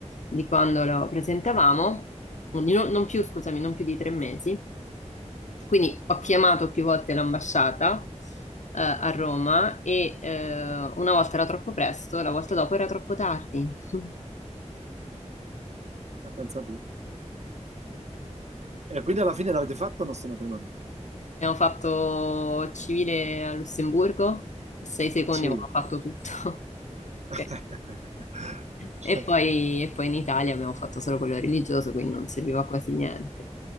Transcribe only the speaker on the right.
ma pensa te. E quindi alla fine l'avete fatto il nostro matrimonio?
Sì.
<laughs>